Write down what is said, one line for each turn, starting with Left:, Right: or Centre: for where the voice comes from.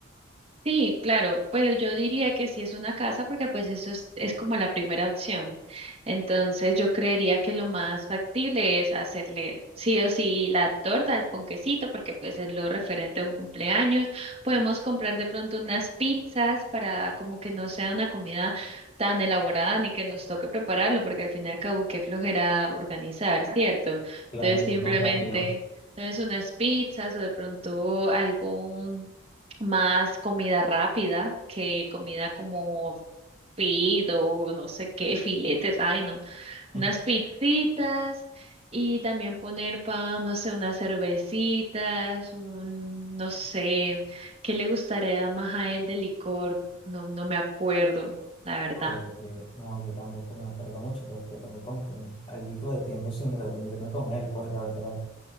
Right: Sí, claro, pero yo diría que sí es una casa porque pues eso es, es como la primera opción. Entonces yo creería que lo más factible es hacerle sí o sí la torta, el ponquecito, porque pues es lo referente a un cumpleaños. Podemos comprar de pronto unas pizzas para como que no sea una comida tan elaborada ni que nos toque prepararlo, porque al fin y al cabo qué flojera organizar, ¿cierto?
Left: Claro,
Right: Entonces simplemente...
Left: y es más rápido.
Right: Entonces unas pizzas o de pronto algún más comida rápida que comida como fido, no sé qué, filetes, ay no, unas
Left: <laughs>
Right: pizzitas y también poner pan, no sé, unas cervecitas, un, no sé, ¿qué le gustaría más a él de licor? No, no me acuerdo, la verdad.
Left: Oye, no, yo tampoco me acuerdo mucho porque tengo como que un alguito de tiempo sin reunirme con él, pues la verdad.